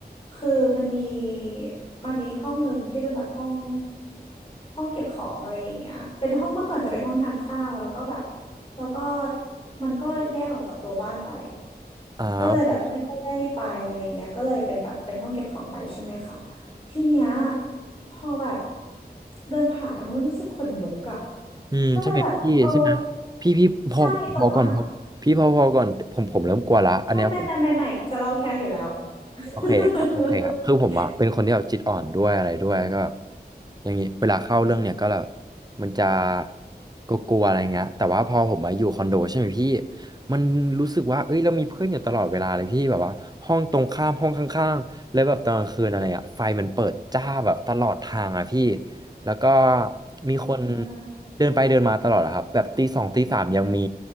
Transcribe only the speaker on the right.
อ่า
อืมใช่ไหมพี่ใช่ไหม
พี่พี่พอพอก่อนพอพี่พอพอก่อนผมผมเริ่มกลัวละอันเนี้ยผม
โอเคครับโอเคครับคือผมอะเป็นคนที่แบบจิตอ่อนด้วยอะไรด้วยก็แบบอย่างงี้เวลาเข้าเรื่องเนี่ยก็แบบมันจะกลัวๆอะไรเงี้ยแต่ว่าพอผมมาอยู่คอนโดใช่ไหมพี่มันรู้สึกว่าเอ้ยเรามีเพื่อนอยู่ตลอดเวลาเลยพี่แบบว่าห้องตรงข้ามห้องข้างๆแล้วแบบตอนกลางคืนอะไรอะไฟมันเปิดจ้าแบบตลอดทางอะพี่ แล้วก็มีคน
เดินไปเดินมาตลอดอะครับแบบตีสองตีสามยังมี